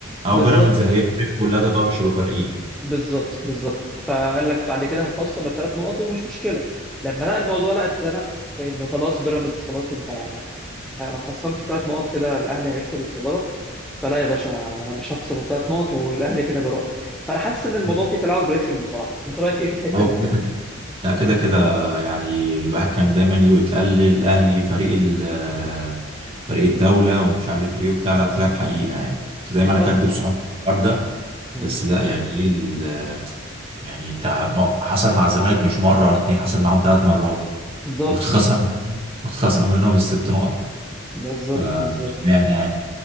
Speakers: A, on the right (about 25°); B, in the centre.
A: او
B: بالظبط
A: بيراميدز هيفرق كلها تنوع مش هيبقوا فارقين
B: بالظبط بالظبط فقال لك بعد كده هنخصم الثلاث نقط ومش مشكله لما لقى الموضوع لقى اتزنق فانه خلاص بيراميدز خلاص انت انت لو خصمت الثلاث نقط كده الاهلي هيفقد الصداره فلا يا باشا انا مش هخصم الثلاث نقط والاهلي كده براء فانا حاسس ان الموضوع
A: مم.
B: فيه تلاعب رخم بصراحه انت رايك ايه في الحته
A: هو
B: دي؟
A: كده كده لا كده كده يعني الواحد كان دايما يتقال الاهلي فريق ال فريق الدوله ومش عارف ايه وبتاع لا طلعت حقيقه
B: يعني
A: يعني كنت دايما
B: اه
A: اكدب صحابي في الحوار ده
B: مم.
A: بس لا يعني ايه ال- يعني انت ما- حصل مع الزمالك مش مره ولا اتنين حصل معاهم ثلاث مرات <laughs>
B: بالظبط
A: واتخصم واتخصم منهم الست نقط
B: بالظبط
A: ف اشمعنى
B: بالظبط
A: يعني